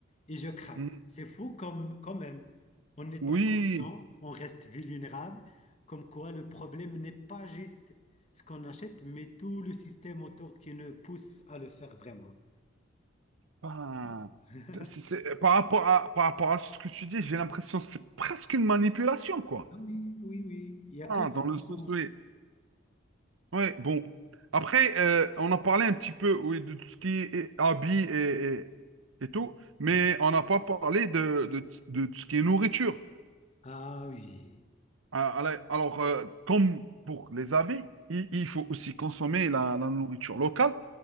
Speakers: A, on the left (about 35°); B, on the right (about 80°).
A: et je craque.
B: Hmm.
A: C'est fou comme, quand même. En étant
B: Oui.
A: conscient, on reste vulnérable, comme quoi le problème n'est pas juste ce qu'on achète, mais tout le système autour qui nous pousse à le faire vraiment.
B: Ben,
A: Tu vois <laughs>
B: c'est- c'est- par rapport à, par rapport à ce que tu dis, j'ai l'impression que c'est presque une manipulation, quoi.
A: Ah oui, oui, oui. Il n'y a
B: Ah,
A: que des
B: dans le
A: mensonges.
B: sens, oui. Ouais, bon. Après, euh, on a parlé un petit peu oui, de tout ce qui est habits et, et, et tout, mais
A: Ouais.
B: on n'a pas parlé de, de, de tout ce qui est nourriture.
A: Ah oui,
B: Ah, allez, Alors, euh, comme pour les habits, il, il faut aussi consommer la, la nourriture locale.